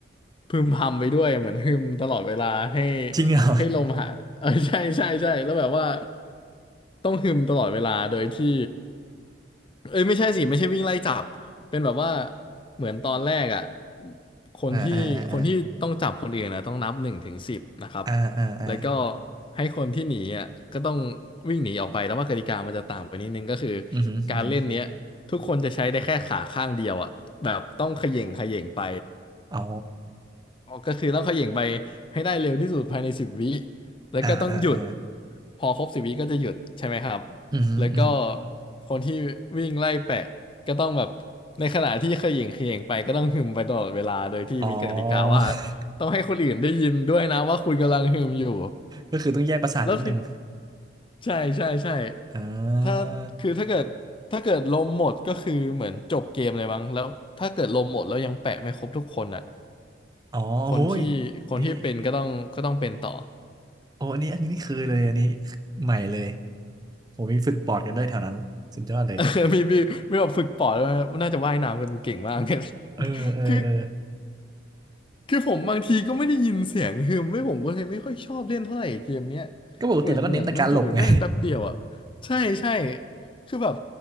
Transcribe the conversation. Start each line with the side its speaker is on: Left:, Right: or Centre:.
Left: พึมพำไปด้วยเหมือนฮึมตลอดเวลาให้
Right: จริงเหรอ
Left: ให้ลมหายเออใช่ใช่ใช่แล้วแบบว่าต้องฮึมตลอดเวลาโดยที่ เอ้ยไม่ใช่สิไม่ใช่วิ่งไล่จับเป็นแบบว่าเหมือนตอนแรกอ่ะ
Right: <laughs>
Left: คนที่คนที่ต้องจับคนอื่นนะต้องนับหนึ่งถึงสิบนะครับ
Right: อ่าอ่าอ่าอ่าอ่าอ่าอ่า
Left: แล้วก็ให้คนที่หนีอ่ะก็ต้องวิ่งหนีออกไปแต่ว่ากติกามันจะต่างไปนิดนึงก็คือ
Right: อือฮึอือฮึ
Left: การเล่นเนี้ยทุกคนจะใช้ได้แค่ขาข้างเดียวอ่ะแบบต้องเขย่งเขย่งไป
Right: อ๋อ
Left: ออกก็คือต้องเขย่งไปให้ได้เร็วที่สุดภายในสิบวิแล้วก็ต้องหยุด
Right: อ่าอ่าอ่า
Left: พอครบสิบวิก็จะหยุดใช่ไหมครับ
Right: อือฮึอือฮึ
Left: แล้วก็คนที่วิ่งไล่แปะก็ต้องแบบในขณะที่เขย่งเขย่งไปก็ต้องหึมไปตลอดเวลาโดยที่มีกติกาว่า
Right: อ๋อ <laughs>
Left: ต้องให้คนอื่นได้ยินด้วยนะว่าคุณกำลังหึมอยู่
Right: ก็คือต้องแยกประสาทนิดนึง
Left: แล้วที่ใช่ใช่ใช่
Right: อ่
Left: ถ้าคือถ้าเกิดถ้าเกิดลมหมดก็คือเหมือนจบเกมเลยมั้งแล้วถ้าเกิดลมหมดแล้วยังแปะไม่ครบทุกคนอ่ะ
Right: าอ๋อโอ้ย
Left: คนที่คนที่เป็นก็ต้องก็ต้องเป็นต่อ
Right: นี่ โอ้อันนี้อันนี้ไม่เคยเลยอันนี้ใหม่เลยโอ้มีฝึกปอดกันด้วยแถวนั้นสุดยอดเลย
Left: <laughs> เออมีมีมีแบบฝึกปอดด้วยนะน่าจะว่ายน้ำกันเก่งมาก <laughs> เลย
Right: เออเออเออ
Left: คือคือผมบางทีก็ไม่ได้ยินเสียงฮึมไม่ผมก็เลยไม่ค่อยชอบเล่นเท่าไหร่เกมเนี้ย
Right: ก็ปกติแล้วก็เน้นแต่การหลบไง
Left: เหมือนเหมือนมันอยู่ได้แป๊บเดียวอ่ะใช่ใช่คือแบบ